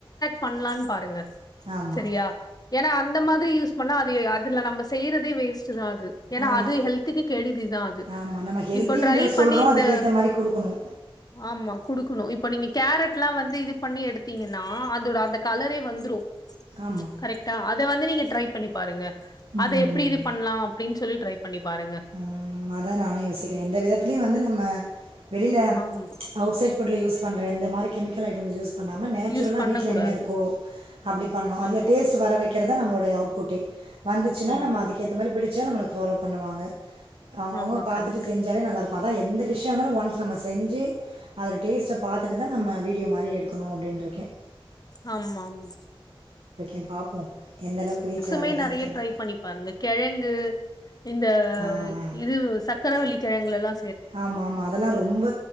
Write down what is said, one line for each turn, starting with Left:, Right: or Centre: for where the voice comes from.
Left: பண்லாம்னு பாருங்க
Right: ஆமா
Left: செரியா ஏன்னா அந்த மாதிரி யூஸ் பண்ணா அது அதுல நம்ம செய்யறதே வேஸ்ட் ஏன்னா
Right: ஆமா
Left: அது ஹெல்த்துக்கு கெடிதிதான் அது
Right: ஆமா நம்ம ஹெல்தின்ற
Left: ட்ரை
Right: சொல்றோ
Left: பண்ணி இந்த
Right: அதுக்கேத்த மாரி குடுக்கணு
Left: ஆமா குடுக் குனோ இப்ப நீங்க கேரட்டெல்லாம் வந்து இது பண்ணி எடுத்தீங்கன்னா அதோட அந்த கலரே வந்தும்ரூ
Right: ஆமா
Left: கரெக்ட்டா இத வந்து நீங்க ட்ரைப் பண்ணி பாருங்க
Right: ம்
Left: அத எப்டி இது பண்ணலா அப்டின் சொல்லி ட்ரை பண்ணி பாருங்க
Right: ம் அதா நானு யோசிக்கே எந்த விதத்லியு வந்து நம்ம வெளில
Left: ஆமா
Right: அவுட் சைட் ஃபுட்ல யூஸ்ப் பண்ற இந்த மாறி கெமிக்கல் ஐட்டம்ஸ் யூஸ் பண்ணாம நேச்சுரலா
Left: யூஸ் பண்ண
Right: வீட்ல
Left: கூடாது
Right: என்ன இருக்கோ அப்டி பண்ணோ அத்ல
Left: ஆமா
Right: டேஸ்ட் வர வெக்கிறத நம்ப்ளோ பழய அவுட் ஃபுட்டு வந்துச்சுனா
Left: ஆமா
Right: நம்ம அதுக்கேத்த மாறி பேய்டு ச்சா நம்மளுக் ஃபாலோ பண்ணுவாங்க அவ்ங்கவ்ங்க
Left: ஆமா
Right: பாத்துட்டு
Left: கரெக்ட்
Right: செஞ்சாலே நல்லா ருக்கு அதா எந்த டிஷ்ஷா இர்ந்தாலு ஒன்ஸ் நம்ம செ செஞ்சி அதோடேஸ்ட்ட பாத்துட்டு தா நம்ம வீடியோ மாறி எடுக்குணூ அப்டின் ருக்கே
Left: ஆம்மா ஆமா
Right: எம் பாப்போ எந்த அளவுக்கு
Left: ஸ்நாக்ஸுமே
Right: ரீச் ஆகுதுன்ட்டுன்னு.
Left: நெறய ட்ரை பண்ணி பாருங்க கெழங்கு இந்த
Right: ஆ ஆ.
Left: இதுவு சக்கரவள்ளி கெழங்கலல்லா
Right: ஆமா ஆமா அதல்லா ரொம்ப